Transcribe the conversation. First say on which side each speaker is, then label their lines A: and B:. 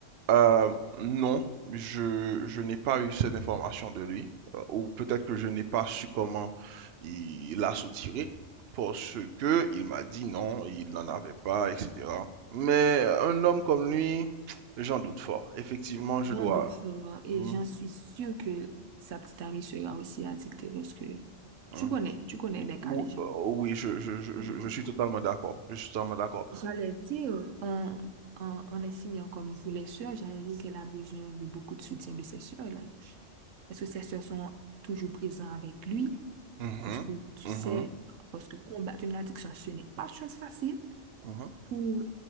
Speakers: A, on the right (about 60°); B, on the right (about 85°).
A: Euh, non, je, je n'ai pas eu cette information de lui, euh, ou peut-être que je n'ai pas su comment il l'a soutiré, parce que il m'a dit non, il n'en avait pas, etc. Mais un homme comme lui, j'en doute fort. Effectivement, je
B: j'ai
A: dois.
B: hâte de le et
A: Mhm,
B: j'en suis sûre que sa petite amie sera aussi addictée parce que
A: mhm.
B: tu connais, tu connais les
A: Ou-
B: cas déjà.
A: euh, Oui, je, je, je,
B: On
A: je-
B: est dans
A: je suis
B: ça.
A: totalement d'accord. Je suis totalement d'accord.
B: J'allais dire, en, en, en enseignant comme pour les sœurs, j'allais dire qu'elle a besoin de beaucoup de soutien de ses sœurs. là. Parce que ses sœurs sont toujours présentes avec lui.
A: Mhm,
B: Parce que tu
A: mhm,
B: sais, parce que combattre une addiction, ce n'est pas chose facile.
A: mhm.
B: Pour